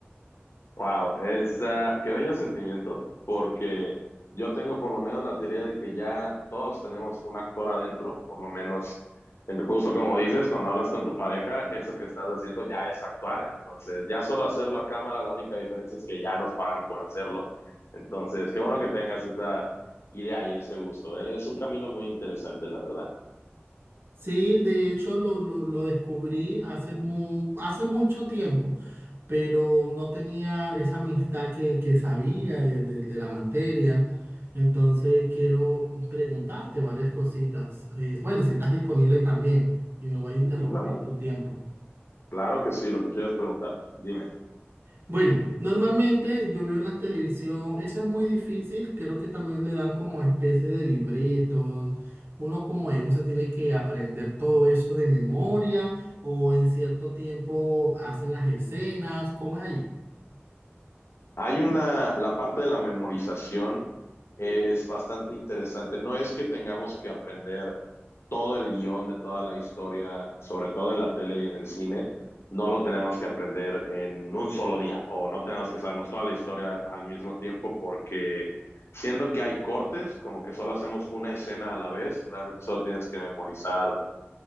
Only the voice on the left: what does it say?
Wow, es, ah, qué bello sentimiento, porque yo tengo por lo menos la teoría de que ya todos tenemos un actor adentro, por lo menos, en- justo como dices, cuando hablas con tu pareja, eso que estás haciendo ya es actuar, entonces ya solo hacerlo a cámara, la única diferencia es que ya nos pagan por hacerlo, entonces qué bueno que tengas esa idea y ese gusto, ¿eh? es un camino muy interesante, la verdad.
Sí, claro,
claro que sí, lo que quieres preguntar, dime.
Hay una, la parte de la memorización es bastante interesante. No es que tengamos que aprender todo el guión de toda la historia, sobre todo en la tele y en el cine, no lo tenemos que aprender en un solo día o no tenemos que sabernos toda la historia al mismo tiempo porque siendo que hay cortes, como que solo hacemos una escena a la vez, realmente solo tienes que memorizar